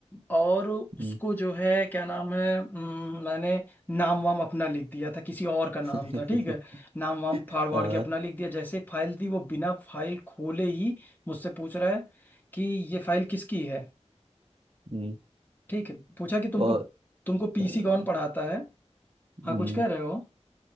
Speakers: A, on the left; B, on the right.
A: और उसको
B: हम्म,
A: जो है क्या नाम है अम, मैंने नाम वाम अपना लिख दिया था किसी और का नाम
B: <laughs>
A: था ठीक है नाम वाम फाड़ वाड़
B: हाँ
A: के अपना लिख दिया जैसे एक फाइल थी वो बिना फाइल खोले ही मुझसे पूछ रहा है कि ये फाइल किसकी है
B: हम्म,
A: ठीक है पूछा कि तुमको
B: और
A: तुमको पीसी
B: हाँ,
A: कौन पढ़ाता है हाँ
B: हम्म,
A: कुछ कह रहे हो